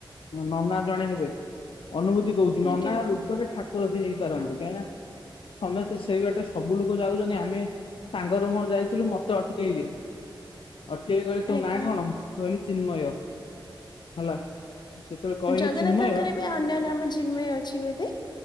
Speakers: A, on the left (about 80°); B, on the left (about 55°).
A: ନନା ଜଣେ ହେବେ ଅନୁଭୂତି କହୁଛି
B: ଆଜ୍ଞା
A: ନନା ରୂପରେ ଠାକୁ ଠାକୁର ସେ ହେଇପାରନ୍ତି କାହିଁକି ନା ତମେ ସେ ସେଇ ବାଟେ ସବୁ ଲୋକ ଯାଉଛନ୍ତି। ଆମେ ସାଙ୍ଗରେ ମୋର ଯାଇଥିଲୁ ମତେ ଅଟକେଇଲେ। ଅଟକିରି କହିଲେ ତୋ
B: ଆଜ୍ଞା।
A: ନା କଣ କହିଲି ଚିନ୍ମୟ ହେଲା। ସେତେବେଳେ କହିଲେ
B: ଜଗନ୍ନାଥଙ୍କର
A: ଚିନ୍ମୟ ହୁଁ
B: ବି ଅନ୍ୟ ନାମ ଚିନ୍ମୟ ଅଛି ବୋଧେ?